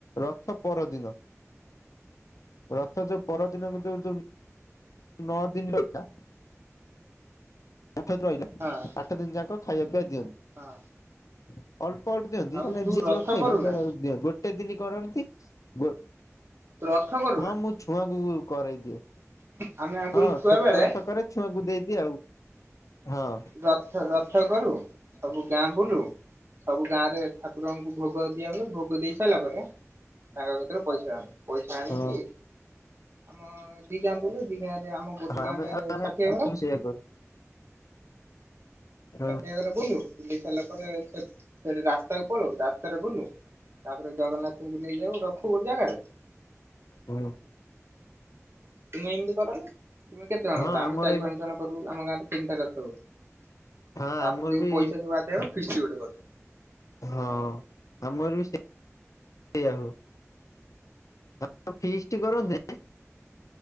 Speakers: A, on the left; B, on the right.
A: ରଥ ପରଦିନ। ରଥ ଯୋଉ ପର ଦିନ କୁଯୋଉ ଯୋଉ ନଅ ଦିନ ରହିଲା। ଆଠ ଧୁଆଇଲା।
B: ହଁ।
A: ଆଠ ଦିନ ଯାକ ଖାଇଆ ପିଇଆ ଦିଅନ୍ତି।
B: ହଁ
A: ଅଳ୍ପ ଅଳ୍ପ ଦିଅନ୍ତି
B: ଆଉ
A: ମାନେ
B: ତୁ
A: ଯିଏ
B: ରଥ
A: ଯିବ ଖାଇବ
B: କରୁନା
A: <unintelligible> ଗୋଟେ ଦିନି କରନ୍ତି ଗୋ
B: ତୁ ରଥ କରୁନା।
A: ହଁ ମୁଁ ଛୁଆଙ୍କୁ କରେଇଦିଏ
B: ଆମେ ଆଗରୁ
A: ହଁ
B: ଛୁଆ
A: ଛୋଟ
B: ବେଳେ
A: ରଥ କରେ ଛୁଆଙ୍କୁ ଦେଇଦିଏ ଆଉ। ହଁ।
B: ରଥ ରଥ କରୁ ସବୁ ଗାଁ ବୁଲୁ ସବୁ ଗାଁ ରେ ଠାକୁରଙ୍କୁ ଭୋଗ ଦିଆ ହୁଏ ଭୋଗ ଦେଇ ସାଇଲା ପରେ ତାଙ୍କ କତୀରୁ ପଇସା ଆଣୁ ପଇସା ଆଣିକି
A: ହଁ
B: ଆମ ଦି ଗାଁ ବୁଲୁ ଦି ଗାଁରେ ଆମ ଗୋଟେ
A: ଆମେ
B: ଗାଁ ରେ
A: ଆମେ
B: ଷାଠିଏ ଘର।
A: ସେଇଆ କରୁ। ହଁ
B: ସାଠିଏ ଘରେ ବୁଲୁ ବୁଲି ସାରିଲା ପରେ ସେ ସେଠି ରାସ୍ତାକୁ ପଳଉ ରାସ୍ତାରେ ବୁଲୁ। ତାପରେ ଜଗନ୍ନାଥଙ୍କୁ ନେଇ ଯାଉ ରଖୁ ଗୋଟେ ଜାଗାରେ।
A: ହୁଁ।
B: ତୁମେ ଏମିତି କରନି ତୁମେ କେତେ ଜଣ
A: ହଁ
B: କର ଆମେ
A: ଆମର
B: ଚାରି
A: ଏ
B: ପାଞ୍ଚ ଜଣ କରୁ ଆମ ଗାଁରେ ତିନିଟା ରଥ ହୁଏ। ତାପରେ
A: ହଁ ଆମର
B: ଯାଇକି
A: ବି
B: ପଇସା ଯୋଉ ଆଦାୟ ହବ ଫିଷ୍ଟ ଗୋଟେ କରୁ।
A: ହଁ ଆମର ବି ସେଆ ହୁଏ। ଆଉ ଫିଷ୍ଟ କରନ୍ତି।